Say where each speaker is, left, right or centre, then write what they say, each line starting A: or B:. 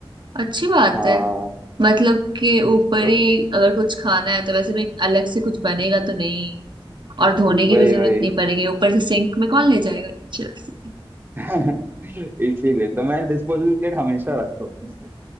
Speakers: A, on the right; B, on the right.
A: अच्छी बात
B: हाँ
A: है मतलब कि ऊपर
B: तो
A: ही अगर कुछ खाना है तो वैसे भी अलग से कुछ बनेगा तो नहीं और धोने की
B: वही
A: भी जरूरत
B: वही
A: नहीं पड़ेगी ऊपर से सिंक में कौन ले जाएगा नीचे वैसे भी
B: <laughs> इसीलिए तो मैं डिस्पोजेबल प्लेट हमेशा रखता हूँ अपने साथ।